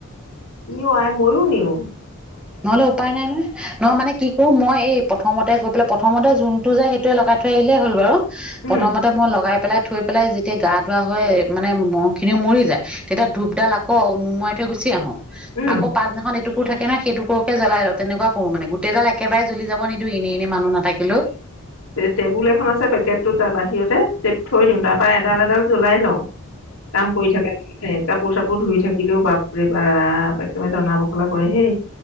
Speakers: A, on the left (about 70°); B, in the centre.
A: ইয় আই ময়ো নিওঁ।
B: নহলে উপায় নাই নহয়। নহয় মানে কি উম, মই এই প্ৰথমতে গৈ পেলাই প্ৰথমতে যোনটো যাই সেইটোৱে লগাই থৈ আহিলে হ'ল বাৰু
A: উম
B: প্ৰথমতে মই লগাই পেলাই থৈ পেলাই যেতিয়া গা ধোৱা হয় মানে মহ খিনিও মৰি যায়। তেতিয়া ধূপডাল আকৌ নুমাই থৈ গুচি আহোঁ।
A: উম
B: আকৌ পাছদিনাখন এটোকুৰ থাকে ন সেইটোকুৰকে জ্বলাই লওঁ তেনেকাৱা কৰো মানে গো গোটেই ডাল একেবাৰে জ্বলি যাব নিদিও এনেই এনেই মানুহ নাথাকিলেও।
A: টেবুল এখন আছে পেকেটটো তাৰ বাহিৰতে। থৈ দিওঁ তাৰপা এডাল এডাল জ্বলাই লওঁ কাম কৰি থাকে নি সেই কাপোৰ চাপোৰ ধুই থাকিলেও বাপৰে বাপ একেমাৰে টনা বখলা কৰে হেই।